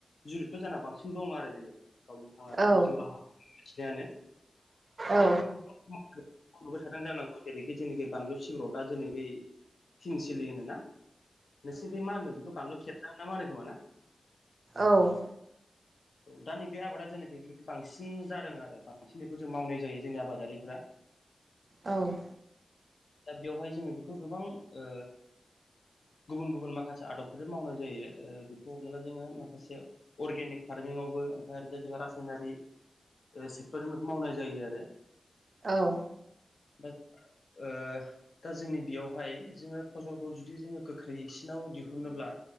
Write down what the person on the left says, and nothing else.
जुरि ' जाना बांसिन दं आरो जेनेबा गावनि थांना थानाय
जिउ राहा खिनायानो दा
जोंनि खिदों जानांगौ जेरैखि जोंनिखि बानलु सिब्राव दा जोंनि बै किंसिलि होनो ना नोंसिनिफ्राय मा होनगोन बेखौ बानलु खेबजां ना मा होनो खोमाना
औव दा नैबे आबादा जेखि बे बांसिन जादों आरो बांसिन बेखौ जों मावनाय जायो जोंनि आबादारिफ्रा
दा बेवहाय जोङो बेखौ गोबां ओ गुबुन गुबुन माखासे आदबफोर मावनाय जायो ओ बेखौ हमना ला जोङो माखासे अर्गेनिक फार्म आवबो ओमफ्राय जाय जाया रासायनारि सेक्टरजों मावनाय जायो आरो
दा ओ दा जोंनि बेयावहाय जोङो फसलखौ जुदि जोङो गोख्रैसिनाव दिहुनोब्ला